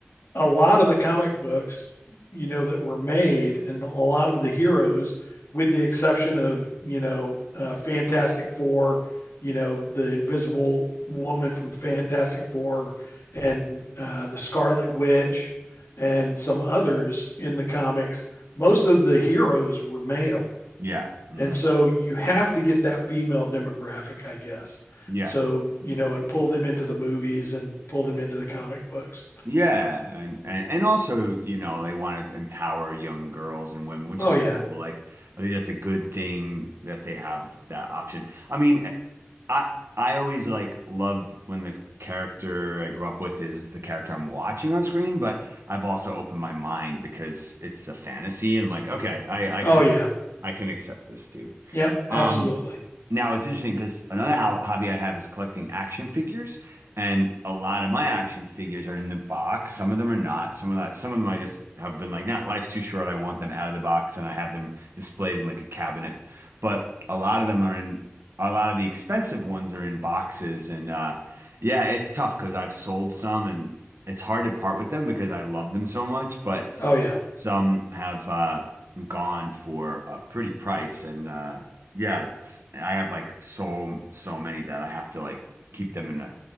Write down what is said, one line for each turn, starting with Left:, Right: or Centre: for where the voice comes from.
Left: a lot of the comic books, you know, that were made and a lot of the heroes, with the exception of, you know, uh, Fantastic Four, you know, the Invisible Woman from Fantastic Four and uh, the Scarlet Witch and some others in the comics, most of the heroes were male.
Right: yeah, hmm
Left: And so you have to get that female demographic, I guess.
Right: Yes.
Left: So, you know, and pull them into the movies and pull them into the comic books.
Right: Yeah, and, and and also, you know, they want to empower young girls and women, which
Left: Oh,
Right: is
Left: yeah.
Right: cool. Like, I think that's a good thing that they have that option. I mean, eh, I I always like love when the character I grew up with is the character I'm watching on screen, but I've also opened my mind because it's a fantasy and like, okay, I I
Left: Oh,
Right: can
Left: yeah.
Right: I can accept this too.
Left: Yep,
Right: Um,
Left: absolutely.
Right: now it's interesting because another ho hobby I have is collecting action figures, and a lot of my action figures are in the box. Some of them are not. Some of that, some of them I just have been like, not life's too short. I want them out of the box, and I have them displayed in like a cabinet. But a lot of them are in. A lot of the expensive ones are in boxes, and uh, yeah, it's tough because I've sold some, and it's hard to part with them because I love them so much. But
Left: Oh yeah.
Right: some have uh, gone for a pretty price, and uh, yeah, s- I have like so so many that I have to like keep them in a